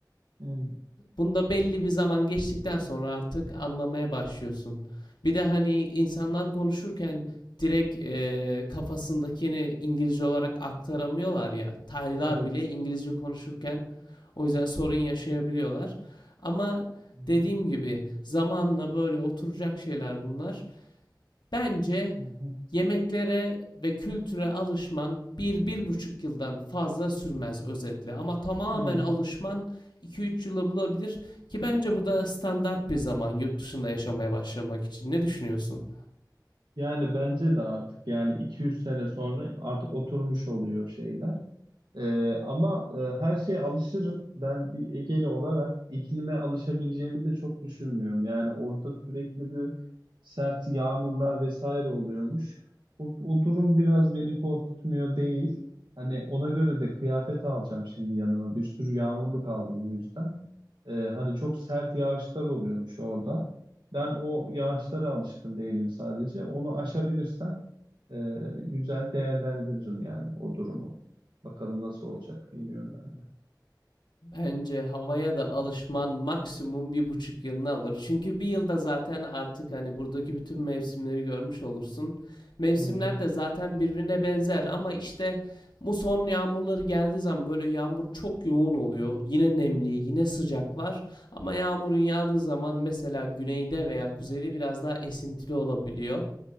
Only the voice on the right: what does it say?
hı,
Evet.
hı,
hı, hı,
hı.
Yani bence de artık yani iki üç sene sonra artık oturmuş oluyor şeyler. Ee, ama e, her şeye alışırım. Ben bir Egeli olarak iklime alışabileceğimi de çok düşünmüyorum. Yani orada sürekli bir sert yağmurlar vesaire oluyormuş. O, o durum biraz beni korkutmuyor değil. Hani ona göre de kıyafet alacağım şimdi yanıma. Bir sürü yağmurluk aldım bu yüzden. Ee, hani çok sert yağışlar oluyormuş orada. Ben o yağışlara alışkın değilim sadece. Onu aşabilirsem e, güzel değerlendiririm yani o durumu. Bakalım nasıl olacak bilmiyorum ben de.
Hı hı.